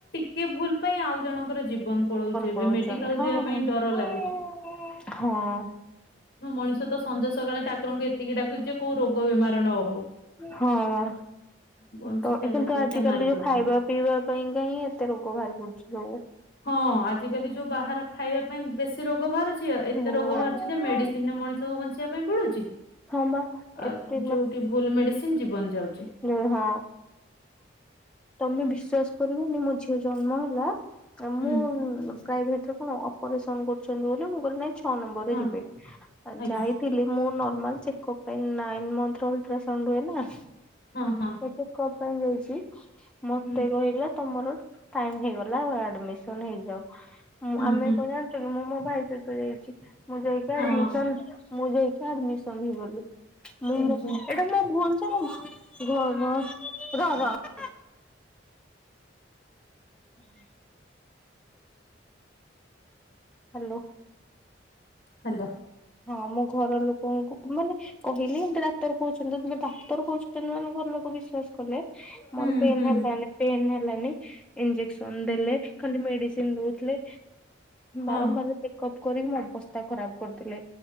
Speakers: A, on the left; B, in the centre.
A: କିଏ ଭୁଲ ପାଇଁ ଆଉ ଜଣଙ୍କର ଜୀବନ ପଳଉଚି ଏବେ
B: ପଳଉଛନ୍ତି
A: ମେଡିକାଲ
B: ହଁ
A: ଯିବା ପାଇଁ
B: ହଁ।
A: ଡର ଲାଗୁଚି।
B: ହଁ।
A: ହଁ ମଣିଷ ତ ସଞ୍ଜ ସକାଳେ ଠାକୁରଙ୍କୁ ଏତିକି ଡାକୁଛିି ଯେ କୋଉ ରୋଗ ବେମାର ନ ହଉ।
B: ହଁ।
A: ବଞ୍ଚିଥିବା
B: ତ ଏ କିନ୍ତୁ
A: ଲୋକକୁ
B: ଆଜିିକାଲି
A: ସେ ମାରି
B: ଯୋଉ
A: ଦଉଛନ୍ତି।
B: ଖାଇବା ପିଇବା ପାଇଁକା ହିଁ ଏତେ ରୋଗ ବାହାରି ପଡୁଚି ସବୁ।
A: ହଁ ଆଜିକାଲି ଯୋଉ ବାହାର ଖାଇବା ପାଇଁ ବେଶୀ ରୋଗ ବାହାରୁଚି। କିଓ
B: ହୁଁ।
A: ଏତେ ରୋଗ ବାହାରୁଛି
B: ହୁଁ।
A: ଯେ, ମେଡ଼ିସିନ୍ ରେ ମଣିଷକୁୁ ବଞ୍ଚିବା ପାଇଁ ପଡୁଛି।
B: ହଁ ବା
A: ଆ,
B: ଏତେ
A: ଯୋଉଠି ଭୁଲ୍ ମେଡ଼ିସିନ୍ ଜୀବନ ଯାଉଛି।
B: ଉ ହଁ, ତମେ ବିଶ୍ବାସ କରିବନି ମୋ ଝିଅ ଜନ୍ମ ହେଲା
A: ହୁଁ
B: ମୁଁ ପ୍ରାଇଭେଟରେ କଣ, ଅପରେସନ କରୁଛନ୍ତି ବୋଲି ମୁଁ କହିଲି ନାଇଁ ଛଅ ନମ୍ବର
A: ହଁ
B: ରେ ଯିବି। ଅ
A: ଆଜ୍ଞା
B: ଯାଇଥିଲି ମୁଁ ନ ଚେକପ୍ ପାଇଁ। ନାଇନ୍ ମନ୍ଥର ଅଲଟ୍ରାସାଉଣ୍ଡ ହୁଏ ନା?
A: ହଁ, ହଁ।
B: ଚେକପ୍ ପାଇଁ ଯାଇଛି। ମତେ
A: ହୁଁ
B: କହିଲେ ତମର ଟାଇମ୍ ହେଇଗଲା ଆଡ୍ମିସନ ହେଇଯାଅ। ମୁଁ
A: ହୁଁ
B: ଆମେ
A: ହୁଁ
B: କଣ ଜାଣି ସେଠି ମୁଁ ମୋ ଭାଇ ସହିତ ଯାଇଛି, ମୁଁ ଯାଇକି
A: ହଁ
B: ଆଡ୍ମିସନ୍, ଯାଇକି ଆଡ୍ମିସନ୍ ହେଇଗଲି। <unintelligible>
A: ହୁଁ ହୁଁ
B: ହୁଁ। ହାଲୋ।
A: ହାଲୋ।
B: ହଁ, ମୁଁ ଘର ଲୋକଙ୍କୁ ମାନେ କହିଲି ଏମିତି ଡାକ୍ତର କହୁଛନ୍ତି, ତମେ ଡାକ୍ତର କହୁଛନ୍ତି ମାନେ ଘର ଲୋକ ବିଶ୍ୱାସ କଲେ।
A: ହୁଁ
B: ମୋର ପେନ୍
A: ହୁଁ
B: ହେଲାନି, ପେନ୍ ହେଲାନି ଇଞେଜକ୍ସନ
A: ହୁଁ,
B: ଦେଲେ। ଖାଲି ମେଡ଼ିସିନ୍ ଦୋଉଥିଲେ,
A: ହଁ
B: ବାରମ୍ବାର ଚେକପ୍ କରିକି ମୋ ଅବସ୍ତା ଖରାପ କରୁଥିଲେ।